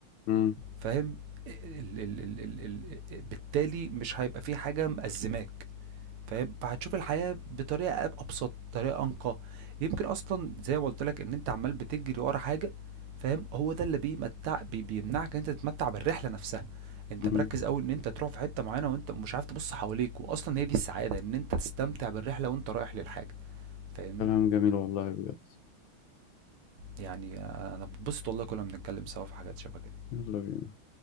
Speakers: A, on the left (about 75°); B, on the right (about 85°).
A: مم.
B: فاهم؟ ال ال ال ال ال آآ بالتالي مش هيبقى في حاجة مأزّماك فاهم؟ فهتشوف الحياة بطريقة أب أبسط، طريقة أنقى، يمكن أصلًا زي ما قُلت لك إن أنت عمّال بتجري ورا حاجة فاهم؟ هو ده اللي بيمتع بي بيمنعك إن أنت تتمتع بالرحلة نفسها، أنت
A: مم.
B: مركّز أوي إن أنت تروح في حتّة معيّنة وأنت مش عارف تبُص حواليك، وأصلًا هي دي السعادة إن أنت تستمتع بالرحلة وأنت رايح للحاجة، فاهمني؟
A: كلام جميل والله بجد
B: يعني أنا باتبسط والله كُلّ ما بنتكلّم سوا في حاجات شبه كده.
A: يلا بينا